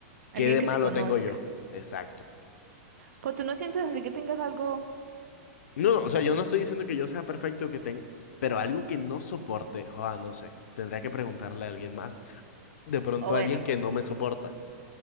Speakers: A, on the right; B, on the left.
A: Alguien
B: ¿Qué de
A: que
B: malo
A: te conozca.
B: tengo yo? Exacto.
A: Pues tú no sientes así que tengas algo,
B: No, no,
A: algo
B: o sea, yo no estoy diciendo que yo sea perfecto, que tenga, pero algo que no soporte, joda, no sé, tendría que preguntarle a alguien más, de pronto
A: O bueno,
B: a alguien que no me soporta.